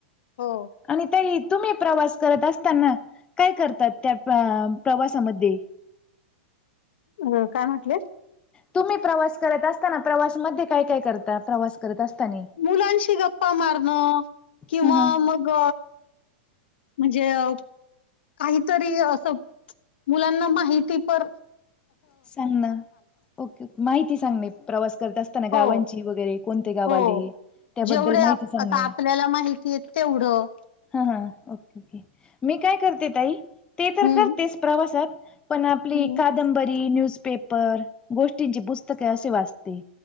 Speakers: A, on the left; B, on the left.
A: हो.
B: आणि त तुम्ही. प्रवास करत असताना काय करतात त्या प्रवासामध्ये.
A: अ काय म्हटलंय.
B: तुम्ही प्रवास करत असताना प्रवासमध्ये काय काय करता प्रवास करत असताना.
A: मुलांशी गप्पा मारणं किंवा
B: हा हा
A: मग. म्हणजे. काहीतरी असं मुलांना माहिती प.
B: सांग ना ओके माहिती सांग म प्रवास करता अस. गावांची
A: हो,
B: वगैरे कोणते्या गावाले
A: हो.
B: त्याबद्दल
A: जेवढे
B: माहिती
A: आप
B: सांगणे.
A: आता आपल्याला माहितीय. तेवढं.
B: हा हा ओके ओके मी काय करते ताई. ते तर
A: हं,
B: करतेच प्रवासात पण आपली
A: हं,
B: कादंबरी न्यूज पेपर गोष्टींची पुस्तके असे वाचते.